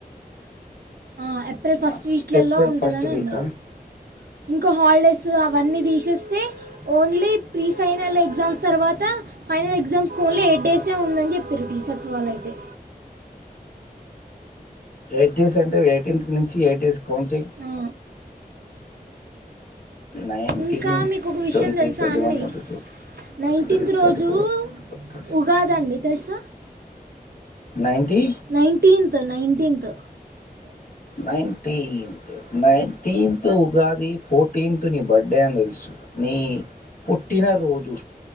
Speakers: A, on the right; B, on the left.
A: ఆ ఏప్రిల్ ఫస్ట్
B: మార్చ్
A: వీక్లలో
B: ఏప్రిల్
A: ఉంటుందని
B: ఫస్ట్ వీకా
A: అన్నారు ఇంకొ హాలిడేస్ అవన్నీ తీసేస్తే ఓన్లీ ప్రీ ఫైనల్ ఎగ్జామ్స్ తర్వాత ఫైనల్ ఎగ్జామ్స్కి ఓన్లీ ఎయిట్ డేసే ఉందని చెపిర్రు టీచర్స్ వాళ్ళైతే
B: ఎయిట్ డేస్ అంటే ఎయిటీన్త్ నుంచి ఎయిట్ డేస్కి కౌంట్ చెయ్యి
A: ఆ.
B: నైన్టీన్
A: ఇంకా మీకు ఒక విషయం
B: ట్వంటీ
A: తెలుసా
B: ట్వంటీ
A: అండి,
B: వన్ twenty two twenty
A: nineteenth
B: three twenty
A: రోజు
B: ఫోర్ ట్వంటీ సిక్స్
A: ఉగాది అండి తెలుసా
B: ninety
A: nineteenth nineteenth
B: nineteen ninetieth Ugadi fortieth నీ బర్త్ డే డే తెలుసు నీ పుట్టినరోజు